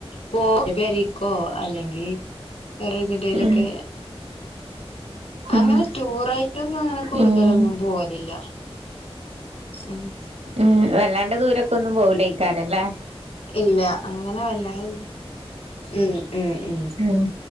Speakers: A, on the left; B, on the right.
A: പോ പെരീക്കോ അല്ലെങ്കി വേറെങ്ങട്ടേലൊക്കെ
B: ഉം
A: അങ്ങനെ
B: ഉം
A: റ്റൂറായിട്ടൊന്നും അങ്ങനെ കൂടുതലൊന്നും
B: ഉം
A: പോവലില്ല. ഉം.
B: ഉം വല്ലാണ്ട് ദൂരൊക്കൊന്നും പോവില്ലാക്കാരം ല്ലേ?
A: ഇല്ല അങ്ങനെ വല്ലാതെ ഉം ഉം ഉം.
B: ഉം